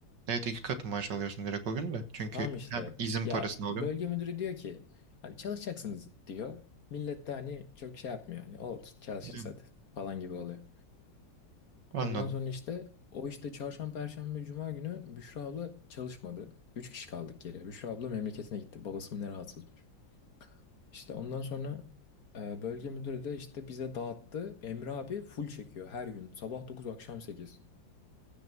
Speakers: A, on the right; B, on the left.
A: Evet iki katı maaş alıyorsun direkt o gün de. Çünkü
B: Tamam işte.
A: hem izin
B: Ya
A: parasını alıyorsun.
B: bölge müdürü diyor ki hani çalışacaksınız diyor. Millet de hani çok şey yapmıyor. Hani olsun çalışırız
A: Yani
B: hadi falan gibi oluyor.
A: anladım.
B: Ondan sonra işte o işte çarşamba, perşembe, cuma günü Büşra abla çalışmadı. Üç kişi kaldık geriye. Büşra abla memleketine gitti. Babası mı ne rahatsızmış. İşte ondan sonra e, bölge müdürü de işte bize dağıttı. Emre abi full çekiyor her gün. Sabah dokuz akşam 8.